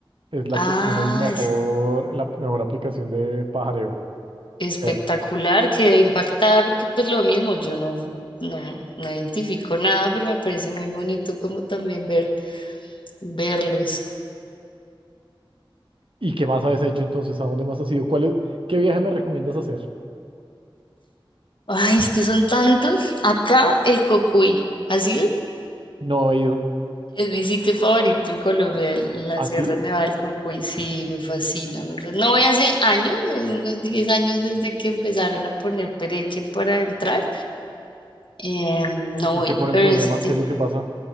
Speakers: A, on the right; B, on the left.
A: es la
B: Ah,
A: que tiene el mejor, la mejor aplicación de pajareo.
B: espectacular,
A: Eh,
B: quedé impactada porque pues lo mismo, yo no, no, no identifico nada, pero me parece muy bonito como también ver, verlos.
A: ¿Y qué más has hecho entonces? ¿A dónde más has ido? ¿Cuál es, qué viaje me recomiendas hacer?
B: Ay, es que son tantos. Acá el Cocuy, ¿ha sido?
A: No he ido.
B: Es mi sitio favorito en Colombia, el- en la
A: ¿Ah,
B: Sierra
A: sí?
B: Nevada del Cocuy. Sí, me fascina, me fascina. No voy hace años, hace unos 10 años desde que empezaron a poner pereque para entrar. Em, no
A: ¿Y por
B: voy,
A: qué ponen
B: pero
A: problema?
B: ese
A: ¿Qué es lo que pasa?